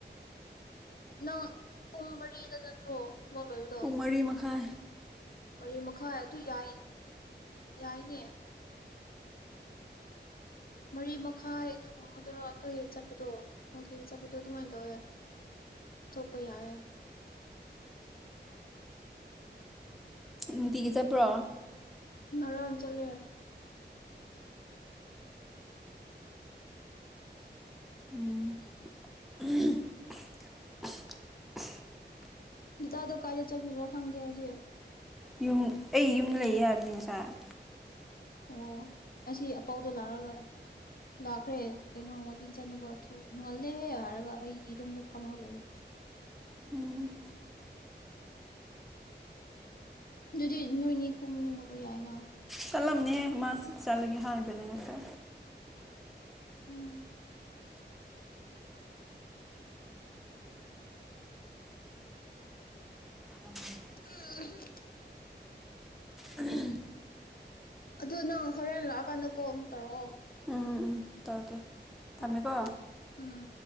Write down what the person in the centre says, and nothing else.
ꯄꯨꯡ ꯃꯔꯤ ꯃꯈꯥꯏ
ꯅꯨꯡꯇꯤꯒ ꯆꯠꯕ꯭ꯔꯣ
<inaudible>
ꯌꯨꯝ ꯑꯩ ꯌꯨꯝꯗ ꯂꯩꯌꯦ ꯍꯥꯏꯕꯅꯤ ꯉꯁꯥꯏ
ꯎꯝ
ꯆꯠꯂꯝꯅꯦꯍꯦ ꯃꯥ ꯆꯠꯂꯒꯦ ꯍꯥꯏꯕꯅꯦꯅꯔ
ꯎꯝ
ꯎꯝ
ꯎꯝ ꯎꯝ ꯇꯔꯒꯦ ꯇꯃꯦꯀꯣ